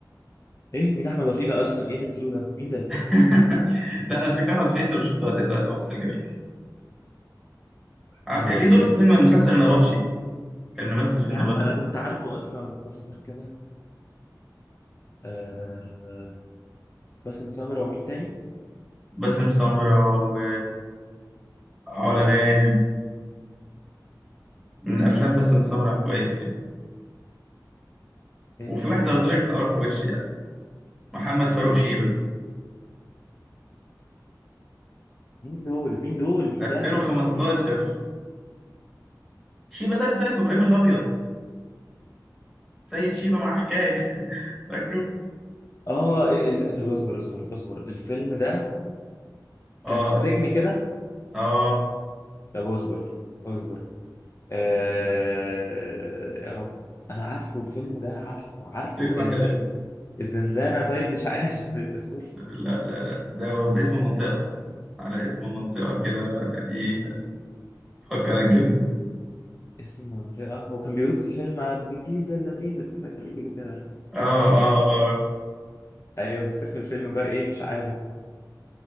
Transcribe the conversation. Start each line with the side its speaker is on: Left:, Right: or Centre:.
Left: ايه مين احمد وفيق ده اصلا ايه اللي بتقوله ده مين ده
Centre: <laughs> لا على فكره احمد وفيق انت لو شفته هتزعل هو ممثل جميل
Left: احمد
Centre: آه، كان
Left: وفيق
Centre: ليه دور في
Left: طب
Centre: فيلم المسلسل النبطشي كان ممثل في
Left: يا
Centre: النبطشي
Left: عم انا كنت عارفه اصلا اصبر كده آه باسم سمرة ومين تاني
Centre: باسم سمرة و علا غانم من افلام باسم سمرة كويسه يعني.
Left: حلو
Centre: وفي واحد لو قلت
Left: باسم
Centre: لك هتعرفه وش يعني محمد فاروق شيبة
Left: مين دول مين دول مين
Centre: 2015
Left: ده مين محمد فلوشي ده
Centre: شيبة ده اللي طلع في ابراهيم الابيض سيد شيبة معاه حكاية <laughs> فاكره
Left: اه إيه ال- طب اصبر اصبر اصبر الفيلم ده
Centre: اه
Left: كان في السجن
Centre: الف...
Left: كده
Centre: اه
Left: طب اصبر اصبر آه يا رب انا عارفه الفيلم ده عارفه عارفه
Centre: فيلم
Left: الز...
Centre: حلو
Left: الزنزانة طيب مش عارف اصبر
Centre: لا
Left: اصبر.
Centre: لا لا ده باسم منطقة على اسم منطقة كده يعني ايه فكر الجبل
Left: اسم منطقة هو كان بيقولوا في الفيلم على ابن الجيزة اللذيذة كنت فاكر بيقولوا كده
Centre: اه اه
Left: بس-
Centre: اه
Left: ايوه بس اسم الفيلم بقى ايه مش عارف